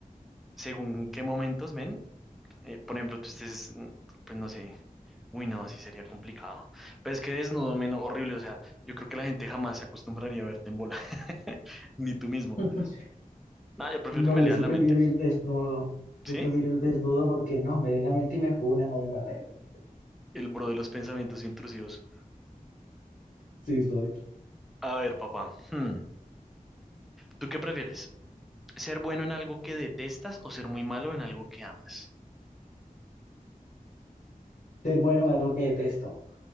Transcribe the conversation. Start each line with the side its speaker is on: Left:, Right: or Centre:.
Centre: según qué momentos, men, eh, por ejemplo, tú estés, mm, pues no sé, uy, no, sí sería complicado. Pero es que desnudo, men, horrible, o sea, yo creo que la gente jamás se acostumbraría a verte en bola, <laughs> ni tú mismo.
Left: <laughs>
Centre: No, yo prefiero
Left: No,
Centre: que me
Left: yo
Centre: lean
Left: sí prefiero
Centre: la mente,
Left: ir desnudo.
Centre: ¿sí?
Left: Yo prefiero ir desnudo porque no, me leen la mente y me funan o me matan. <laughs>
Centre: El bro de los pensamientos intrusivos.
Left: Sí, soy.
Centre: A ver, papá, hmm, ¿tú qué prefieres? ¿Ser bueno en algo que detestas o ser muy malo en algo que amas?
Left: Ser bueno en algo que detesto.